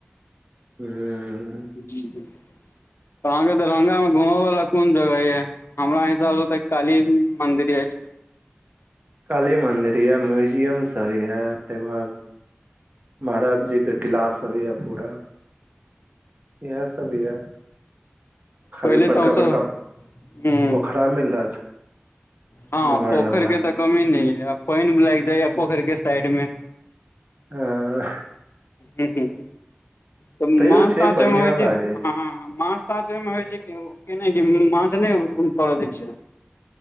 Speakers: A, on the right; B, on the left.
A: हूॅं।
B: जी बिल्कुल अहाँके दरभंगा मे घूमय वला कोन जगह यै? हमरा हिसाब से तऽ काली मन्दिर ऐछ।
A: काली मंदिर यै, म्यूज़ियम सब यै तै के बाद महाराज जी के किला सब यै पूरा। इहै सब यै। खाली
B: पहिले
A: बड़का-बड़का
B: तऽ हमसब हूं
A: पोखरा मिलत।
B: हाॅं
A: नमहर
B: पोखर
A: नमहर
B: के तऽ कमी नै यै अ पैन लाएग जाइ यै पोखर के साइड मे।
A: हाॅं।
B: हुं-हुं तऽ
A: तैयो
B: माछ-ताछ
A: छै बढ़िया
B: ओय मे होय
A: लागे
B: छै, हाॅं माछ ताछ ओय में होय छै की उ की नै उम्म माछ नै उम्म करा दै छै।